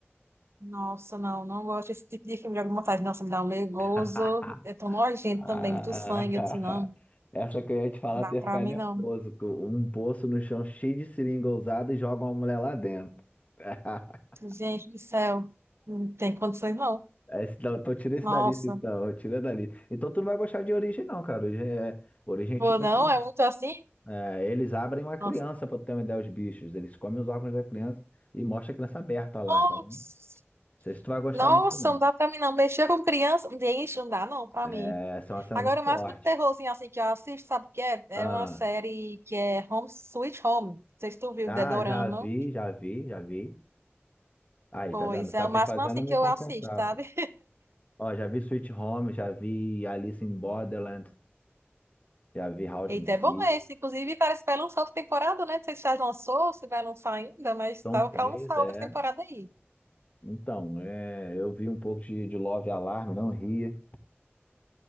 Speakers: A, on the right (about 75°); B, on the left (about 35°).
A: Nossa, não, não gosto desse tipo de filme de alguma vontade. Nossa, me dá um nervoso.
B: <laughs>
A: É tão nojento
B: Ah,
A: também, muito sangue. Eu disse, não, não
B: <laughs> essa que eu ia te falar,
A: dá
B: tu ia
A: pra
B: ficar
A: mim,
B: nervoso.
A: não.
B: com Um poço no chão cheio de seringa ousada e joga uma mulher lá dentro. <laughs>
A: Gente do céu, não tem condições não.
B: Esse, não, então tira esse
A: Nossa,
B: da lista, então. Tira dali. Então tu não vai gostar de Origem, não, cara. Origem é, Origem é
A: pô,
B: tipo
A: não,
B: assim.
A: é muito assim?
B: é, eles abrem uma criança
A: Nossa,
B: pra tu ter uma ideia, os bichos. Eles comem os órgãos da criança e mostra a criança aberta lá,
A: nossa,
B: então. Não sei se tu vai gostar
A: Nossa,
B: muito, não.
A: não dá pra mim não. Mexer com criança, gente, não dá não pra
B: É,
A: mim.
B: essa é uma cena
A: Agora,
B: muito
A: o
B: forte.
A: máximo de terrorzinho assim que eu assisto, sabe o que é? É
B: Ah,
A: uma série que é Home Sweet Home. Não sei se tu viu,
B: ah,
A: The Dorama.
B: já vi, já vi, já vi. Aí,
A: Pois
B: tá vendo? Tá
A: é, o máximo
B: me fazendo
A: assim
B: me
A: que eu
B: confessar,
A: assisto, sabe?
B: pô. Ó, já vi Sweet Home, já vi Alice in Borderland, já vi Howlin'
A: Eita,
B: in Sea.
A: é bom esse. Inclusive, parece que vai lançar outra temporada, né? Não sei se já lançou, se vai lançar ainda, mas
B: São
A: tava
B: três,
A: pra lançar
B: é.
A: outra temporada aí.
B: Então, é, eu vi um pouco de, de Love Alarm, não ria.